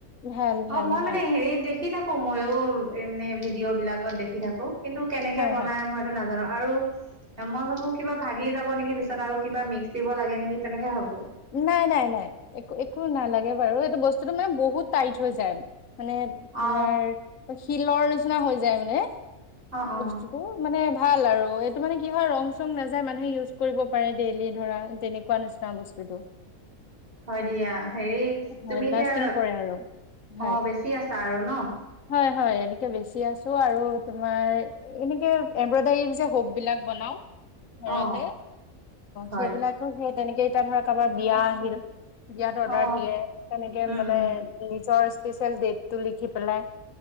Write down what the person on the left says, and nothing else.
ভাল
ভাল
হয়
হয়
হয়
নাই - নাই - নাই একো একো নালাগে বাৰু এইটো বস্তুটো মানে বহুত টাইট হৈ যায়। মানে
তোমাৰ শিলৰ নিচিনা হৈ যায় মানে।
বস্তুটোো মানে ভাল আৰু এইটো মানে কি হয় ৰং চং নাযায় মানুহে ইউজ কৰিব পাৰে ডেইলি ধৰা তেনেকুৱা নিচিনা বস্তু। <unintelligible>
হয়
লাষ্টিং কৰে আৰু হয়
হয় হয় এনেকে বেচি আছো আৰু তোমাৰ এনেকে এম্ব্ৰইডাৰী যে হোব বিলাক বনাও ঘৰতে
সেইবিলাকো সেই তেনেকে এতিয়া ধৰ কাৰোবাৰ বিয়া আহিল। বিয়াত অৰ্ডাৰ
দিয়ে তেনেকে
মানে
নিজৰ স্পেচিয়েল ডটটো লিখি পেলাই